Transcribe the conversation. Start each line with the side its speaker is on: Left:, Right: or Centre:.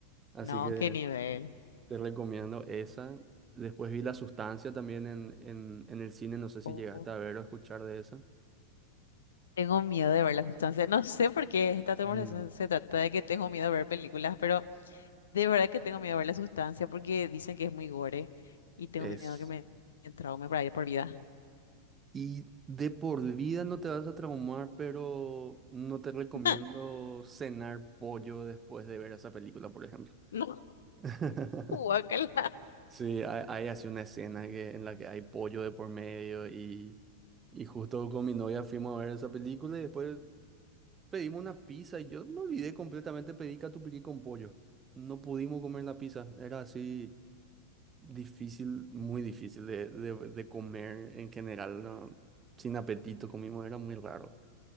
Right: Así
Left: No,
Right: que
Left: qué nivel.
Right: te recomiendo esa. Después vi La Sustancia también en, en, en el cine, no sé si
Left: Oh,
Right: llegaste a ver o escuchar de esa.
Left: tengo miedo de ver la sustancia. No sé por qué esta conversación
Right: Mm.
Left: se trata de que tengo miedo de ver películas, pero de verdad que tengo miedo de ver la sustancia porque dicen que es muy gore y tengo
Right: Es.
Left: miedo que me traume para ir por vida.
Right: Y de por vida no te vas a traumar, pero no te recomiendo
Left: <laughs>
Right: cenar pollo después de ver esa película, por ejemplo.
Left: No,
Right: <laughs>
Left: guácala.
Right: Sí, hay, hay así una escena que, en la que hay pollo de por medio y, y justo con mi novia fuimos a ver esa película y después pedimos una pizza y yo me olvidé completamente, pedí catupiry con pollo. No pudimos comer la pizza, era así difícil, muy difícil de, de, de comer en general, ¿no? Sin apetito comimos, era muy raro